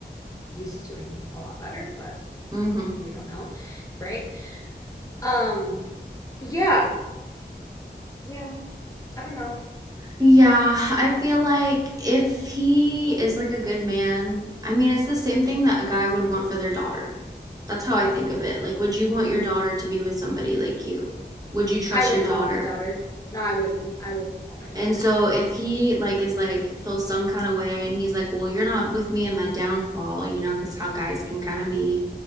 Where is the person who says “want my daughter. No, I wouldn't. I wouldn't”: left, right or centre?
Left